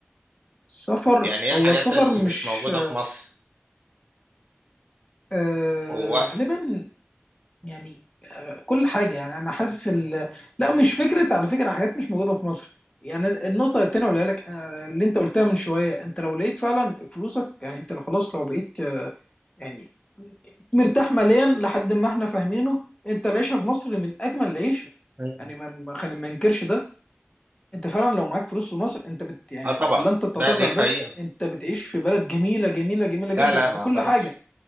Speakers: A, on the left; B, on the right.
A: السفر
B: يعني ايه
A: هو
B: الحاجات
A: السفر
B: اللي
A: مش
B: مش موجودة في مصر
A: آه
B: ووقت
A: غالبا يعني كل حاجة يعني أنا حاسس ال... لا مش فكرة على فكرة حاجات مش موجودة في مصر يعني النقطة التانية اللي لك آه، اللي أنت قلتها من شوية أنت لو لقيت فعلا فلوسك يعني أنت لو خلاص لو بقيت آه، يعني مرتاح ماليا لحد ما احنا فاهمينه أنت العيشة في مصر من أجمل العيشة
B: مم.
A: يعني ما ما خلينا ما ننكرش ده أنت فعلا لو معاك فلوس في مصر أنت بت يعني
B: اه طبعا
A: ولا أنت بتعترض
B: لا دي
A: على
B: حقيقة
A: ده أنت بتعيش في بلد جميلة جميلة جميلة جدا
B: لا لا
A: من
B: ما
A: كل
B: اعترضش
A: حاجة